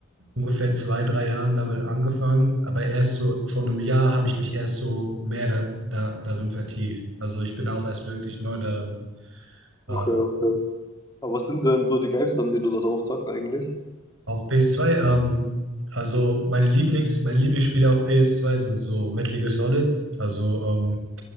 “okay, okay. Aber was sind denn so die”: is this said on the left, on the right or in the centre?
Left